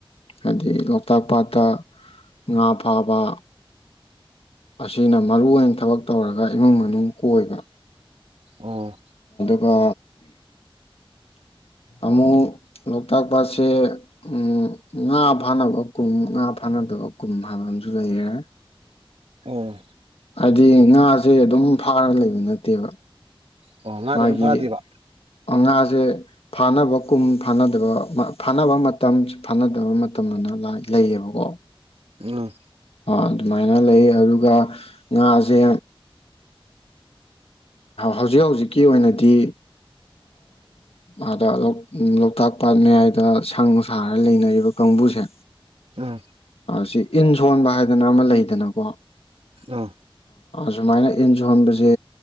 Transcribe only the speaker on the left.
ꯍꯥꯏꯗꯤ ꯂꯣꯛꯇꯥꯛ ꯄꯥꯠꯇ ꯉꯥ ꯐꯥꯕ ꯑꯁꯤꯅ ꯃꯔꯨ ꯑꯣꯏꯅ ꯊꯕꯛ ꯇꯧꯔꯒ ꯏꯃꯨꯡ ꯃꯅꯨꯡ ꯀꯣꯏꯕ
ꯑꯗꯨꯒ ꯑꯃꯨꯛ ꯂꯣꯛꯇꯥꯛ ꯄꯥꯠꯁꯦ ꯎꯝ ꯉꯥ ꯐꯥꯅꯕ ꯀꯨꯝ ꯉꯥ ꯐꯥꯅꯗꯕ ꯀꯨꯝ ꯍꯥꯏꯕ ꯑꯃꯁꯨ ꯂꯩꯔꯦ
ꯍꯥꯏꯗꯤ ꯉꯥꯁꯦ ꯑꯗꯨꯝ ꯐꯥꯔ ꯂꯩꯕ ꯅꯠꯇꯦꯕ
ꯃꯥꯒꯤ
ꯉꯥꯁꯦ ꯐꯥꯅꯕ ꯀꯨꯝ ꯐꯥꯅꯗꯕ ꯐꯥꯅꯕ ꯃꯇꯝ ꯐꯥꯅꯗꯕ ꯃꯇꯝꯅ ꯂꯩꯌꯦꯕꯀꯣ
ꯑꯗꯨꯃꯥꯏꯅ ꯂꯩ ꯑꯗꯨꯒ ꯉꯥꯁꯦ ꯍꯧꯖꯤꯛ ꯍꯧꯖꯤꯛꯀꯤ ꯑꯣꯏꯅꯗꯤ ꯑꯥꯗ ꯂꯣꯛꯇꯥꯛ ꯄꯥꯠ ꯃꯌꯥꯏꯗ ꯁꯪ ꯁꯥꯔꯒ ꯂꯩꯅꯔꯤꯕ ꯀꯥꯡꯕꯨꯁꯦ
ꯁꯤ ꯏꯟ ꯁꯣꯟꯕ ꯍꯥꯏꯗꯅ ꯑꯃ ꯂꯩꯗꯅꯀꯣ
ꯁꯨꯃꯥꯏꯅ ꯏꯟ ꯁꯣꯟꯕꯁꯦ